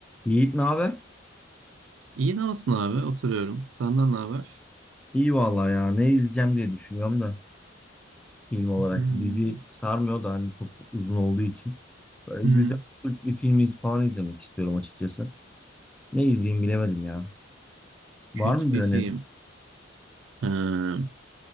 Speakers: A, in the centre; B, on the right.
A: Yiğit ne haber?
B: İyi ne olsun abi oturuyorum. Senden ne haber?
A: İyi vallahi ya. Ne izleyeceğim diye düşünüyorum da film olarak.
B: Hmm.
A: Dizi sarmıyor da hani çok uzun olduğu için. Böyle
B: Hmm.
A: güzel Türk bir film iz- falan izlemek istiyorum açıkçası. Ne izleyeyim bilemedim ya.
B: Kötü
A: Var mı
B: bir
A: bir öneri?
B: film. Ha,